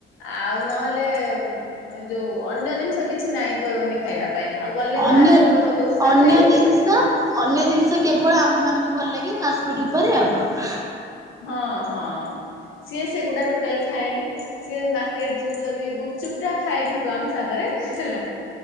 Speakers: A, on the left; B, on the right.
A: ଆଉ ନହେଲେ ଏ ଯୋଉ ଅନ୍ୟ ଜିନିଷ କିଛି ନାଇଁ କହିବନି ଖାଇବା ପାଇଁ ଆଉ ଗଲେ
B: ଅନ୍ୟ
A: ବାହାରକୁ କହିବ ଦୋସା
B: ଅନ୍ୟ
A: ଖାଇବି।
B: ଜିନିଷ ଅନ୍ୟ ଜିନିଷ କେବଳ ଆମ ମାନଙ୍କୁ ଭଲ ଲାଗେ ଫାଷ୍ଟଫୁଡ ଉପରେ ଆଉ କଣ।
A: ହଁ ହଁ ସିଏ ସେଗୁଡା ଟୋଟାଲ ଖାଏନି। ସିଏ ଯ ମାର୍କେଟ ଯିବୁ ଯଦି ଗୁପଚୁପ୍ ଟା ଖାଏ କିନ୍ତୁ ଆମ ସାଙ୍ଗରେ ହେଲା।